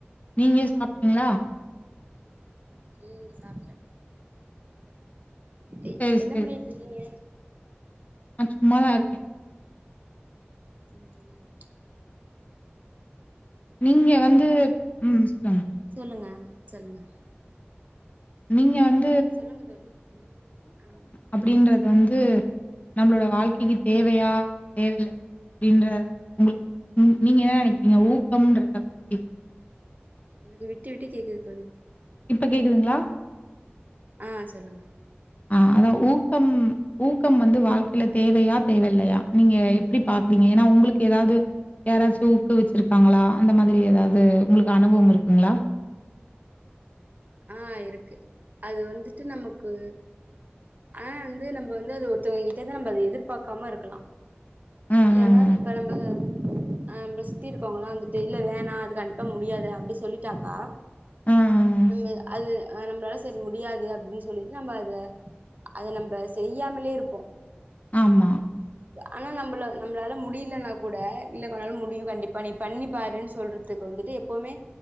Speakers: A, on the left; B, on the right.
A: நீங்க சாப்டீங்களா
B: ம் சாப்ட எ
A: சரி
B: என்ன
A: சரி
B: பண்ணிட்டு இருக்கீங்க
A: நா சும்மாதா இருக்கே
B: ம் ம்
A: நீங்க வந்து ம் சொல்லுங்க
B: சொல்லுங்க சொல்லுங்க
A: நீங்க வந்
B: சொல்லுங்க தோழி உம் ஆஹ்
A: அப்டின்றது வந்து நம்மளோட வாழ்க்கைக்கு தேவையா தேவ இல்லையா அப்டின்ற உங்களுக்கு உ நீங்க என்ன நினைக்கிறீங்க ஊக்கம்ன்றத பத்தி
B: எனக்கு விட்டு விட்டு கேக்குது தோழி
A: இப்ப கேக்குதுங்களா
B: ஆ சொல்லுங்க
A: ஆ அதா ஊக்கம் ஊக்கம் வந்து வாழ்க்கைல தேவையா தேவ இல்லயா நீங்க எப்டி பாப்பீங்க ஏன்னா உங்களுக்கு ஏதாவ்து யாராச்சு ஊக்குவிச்சுருக்காங்ளா அந்த மாதிரி எதாவது உங்ளுக்கு அனுபவம் இருக்குங்களா
B: ஆ இருக்கு அது வந்துட்டு நமக்கு ஆ வந்து நம்ப வந்து அது ஒருத்தவங்ககிட்டதா நம்ப அத எதிர்பாக்காம இருக்கலா
A: ம்,
B: ஏன்னா
A: ம், ம்.
B: இப்ப நம் <unintelligible> ஆஹ் நம்ள சுத்தி இருக்கோங்கல்லா வந்துட்டு இல்ல வேணா அது கண்டிப்பா முடியாது அப்படி சொல்லிட்டாக்கா
A: ம், ம்.
B: நம்மது அது ஆ நம்ளால சரி முடியாது அப்டி சொல்லிட்டு நம்ப அத அத நம்ப செய்யாமலே இருப்போ
A: ஆமா
B: ஆனா நம்ள நம்ளால முடிலனா கூட இல்ல கொனால முடியு கண்டிப்பா நீ பண்ணி பாருன் சொல்றதுக்கு வந்துட்டு எப்பவ்மே